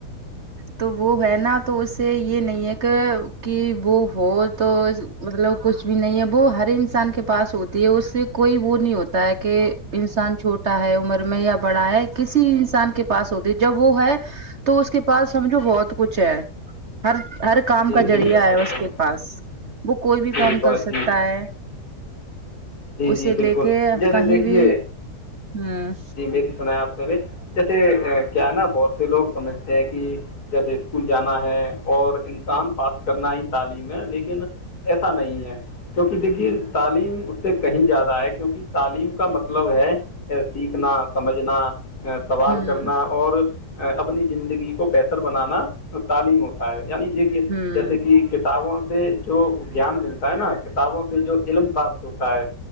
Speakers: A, on the right; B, on the left.
A: تو وہ ہے نا تو اس سے یہ نہیں ہے کہ کہ وہ ہو تو مطلب کچھ بھی نہیں ہے وہ ہر انسان کے پاس ہوتی ہے اس سے کوئی وہ نہیں ہوتا ہے کہ انسان چھوٹا ہے عمر میں یا بڑا ہے کسی انسان کے پاس ہوتی ہے جب وہ ہے تو اس کے پاس سمجھو بہت کچھ ہے ہر ہر کام
B: جی
A: کا ذریعہ
B: بالکل بالکل
A: ہے اس کے پاس وہ کوئی بھی
B: جی
A: کام
B: بہت
A: کر سکتا
B: جی بالکل
A: ہے
B: جی
A: اسے
B: جی بالکل
A: لے کے
B: جیسے
A: کہیں
B: دیکھیے
A: بھی ہوں
B: جی میری سنا ہے آپ جیسے کیا ہے نا بہت سے لوگ سمجھتے ہیں کہ جیسے اسکول جانا ہے اور انسان پاس کرنا ہی تعلیم ہے لیکن ایسا نہیں ہے کیونکہ دیکھیے تعلیم سے کہیں زیادہ ہے کیونکہ تعلیم کا مطلب ہے سیکھنا سمجھنا سوال
A: ہوں
B: کرنا اور اپنی زندگی کو بہتر بنانا تعلیم ہوتا ہے یعنی دیکے
A: ہوں
B: جیسے کہ کتابوں سے جو گیان ملتا ہے نا کتابوں سے جو علم پاک توتا ہے